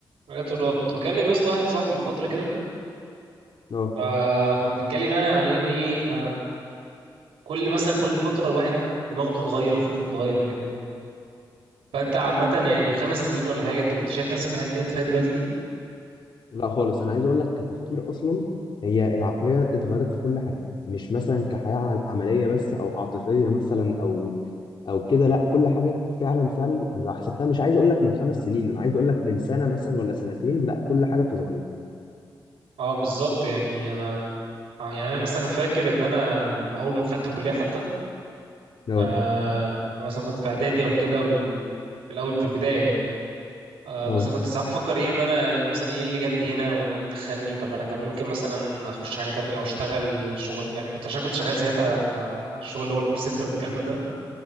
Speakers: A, on the right; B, on the left.
A: حاجات الرؤى كنت بكلم يا اسطى واحد صاحبي من فتره كده
B: اه
A: فكنا بنتكلم يعني على ان ايه احنا كل مثلا كل فتره الواحد دماغه بتتغير وفكره بيتغير وكده فانت عامه يعني من خمس سنين ولا حاجه انت كنت شايف نفسك في الحته اللي انت فيها دلوقتي دي
B: لا خالص انا عايز اقول لك كتفكير اصلا هي العقليه اتغيرت في كل حاجه مش مثلا كحياه عمل- عمليه بس او عاطفيه مثلا او او كده لا كل حاجه فعلا فعلا أنا لو حسبتها مش عايز اقول لك من خمس سنين انا عايز اقول لك من سنه مثلا ولا سنتين لا كل حاجه بتتغير
A: اه بالظبط يعني انا اه يعني انا مثلا فاكر ان انا لما اول ما دخلت الكليه حتى
B: اه
A: آه مثلا كنت في اعدادي او كده وال... في الاول في البدايه آه،
B: اه
A: مثلا كنت ساعات بفكر ايه ان انا يعني مثلا ايه اللي جابني هنا وانا ايه اللي دخلني طب انا كان ممكن مثلا اخش حاجه تانية او اشتغل شغل يعني كنت عشان كنت شغال ساعتها مع الشغل اللي هو كول سنتر والكلام ده